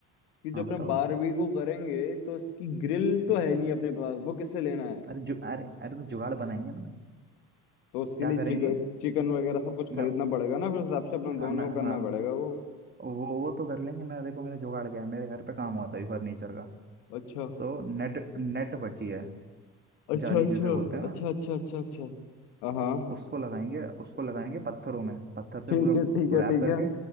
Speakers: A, on the left; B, on the right.
A: कि जो
B: हाँ,
A: अपने
B: बताओ
A: बारहवीं को करेंगे तो उसकी ग्रिल तो
B: हम्म,
A: है नहीं अपने पास वो किससे लेना है
B: अरे जु अरे अरे तो जुगाड़ बनाएंगे ना
A: तो उसके
B: क्या
A: लिए
B: करेंगे
A: चिकन चिकन वगैरह सब कुछ
B: मैं
A: खरीदना पड़ेगा ना फिर उस हिसाब से अपना दोनों
B: हाँ मैं
A: को करना
B: हाँ
A: पड़ेगा वो
B: वो वो तो कर लेंगे मैं देखो मेरा जुगाड़ गया मेरे घर पे काम हुआ था अभी फर्नीचर का
A: अच्छा
B: तो नेट नेट बची है
A: अच्छा
B: जाली
A: अच्छा
B: जिसे बोलते हैं ना
A: अच्छा अच्छा अच्छा अच्छा हाँ
B: उसको लगाएंगे उसको लगाएंगे पत्थरों में पत्थर से
A: ठीक
B: पूरा
A: है ठीक है ठीक
B: रैप करके
A: है